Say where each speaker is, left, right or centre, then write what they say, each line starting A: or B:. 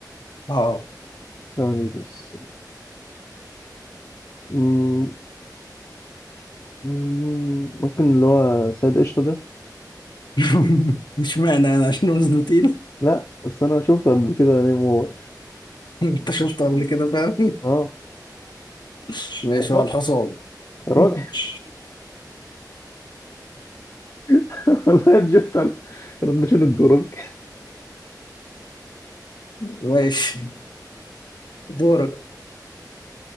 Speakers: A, on the left; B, on the left.
A: اه
B: ثواني بس مم، مم، ممكن اللي هو سيد قشطة ده
A: <laughs> اشمعنى انا عشان وزنه تقيل <laughs>
B: لا بس أنا شفته قبل كده نايم وهو واقف
A: انت شفته قبل كده فعلا
B: اه
A: <laughs> ماشي
B: صح
A: هو الحصان
B: الراجل
A: <laughs>
B: <laughs> والله انت شفت على كنا شنو الجروب
A: ماشي دورك